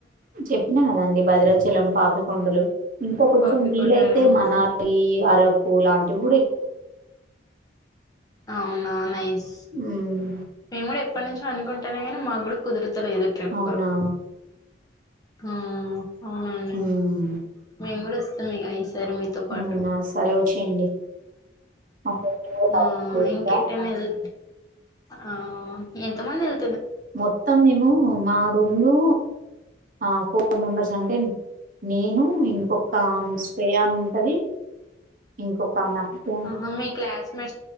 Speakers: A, on the right; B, on the left.
A: చెప్పినా గదండి భద్రాచలం పాపికొండలు. ఇంకా కొంచెం
B: పాపికొండలు
A: వీలైతే మనాలి అరబ్బు బోలాంటివ్
B: ఔనా నైస్
A: మ్మ్
B: మేమ్ గూడె ఎప్పట్ నుంచో అనుకుంటేనే మాగ్గూడ కుదురు. తలేదు ట్రిప్ప్
A: అవునా
B: అ ఔన్ లేండి
A: మ్మ్
B: మేమ్ గూడొ. ఉంది గైస్. తర్ మీతోపాటు.
A: అవునా సరే వచ్చేయండి మా ఫ్రెండ్ ని కూడా పరిచయం
B: ఆ
A: చేస్తా
B: ఇంకే టైనా వెల్ ఆ ఎంత ముందల్
A: మొత్తం మేము మా రూమ్ లో ఆ ఫో ఫో మెంబర్స్ అంటడి. నేను ఇంకొక శ్రేయాని ఉంటది. ఇంకొక ఆమె అక్షయ
B: హ మీ క్లాస్ మె